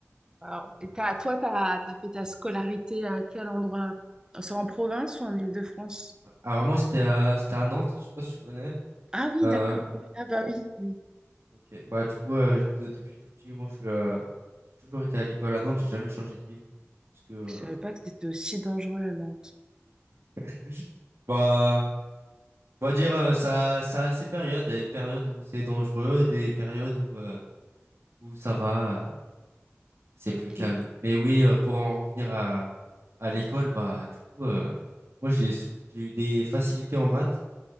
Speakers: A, on the right; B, on the right.
A: Waouh. Et t'as, toi, t'as, t'as fait ta scolarité à quel endroit? C'est en province ou en Île-de-France?
B: Alors moi, c'était à, c'était à Nantes, je sais pas si tu connais.
A: Ah oui,
B: Euh,
A: d'accord. Oui. Ah bah oui, oui.
B: ok, bah du coup, euh, de- depuis tout petit, moi, je suis, euh, j'ai toujours été à l'école à Nantes, j'ai jamais changé de ville. Parce que, euh,
A: Je savais pas que c'était aussi dangereux à Nantes.
B: <laughs> bah, on va dire, euh, ça, ça a ses périodes, des périodes où c'est dangereux, des périodes où, euh, où ça va. euh, c'est
A: Ok.
B: plus calme. Mais oui, euh, pour en revenir à, à l'école, bah, du coup, euh, moi, j'ai sou- j'ai eu des facilités en maths.